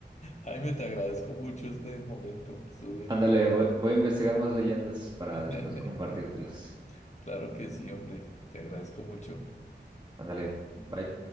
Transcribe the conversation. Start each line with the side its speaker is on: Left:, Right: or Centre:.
Left: Jaime, te agradezco mucho este momento. Estuvo bien
Right: Ándale,
Left: interesante.
Right: voy, voy a investigar más leyendas para
Left: <laughs>
Right: después compartírtelas.
Left: Claro que sí, hombre. Te agradezco mucho.
Right: Ándale, bye.